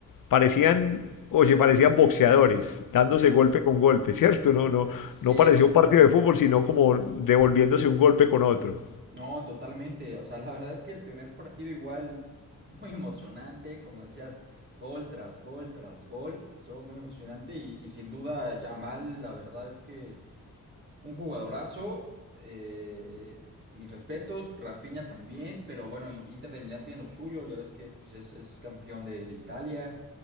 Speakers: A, on the left; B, on the right.
A: Parecían, oye, parecían boxeadores, dándose
B: Es,
A: golpe con golpe, ¿cierto? No, no,
B: sí,
A: no parecía un partido de fútbol, sino como devolviéndose un golpe con otro.
B: No, totalmente. O sea, la verdad es que el primer partido igual muy emocionante, como decías, gol tras gol tras gol, estuvo muy emocionante y, y sin duda Yamal, la verdad es que un jugadorazo, eh, mis respetos, Rafinha también, pero bueno, y- Inter de Milán tiene lo suyo, ya ves que pues, es, es campeón de, de Italia.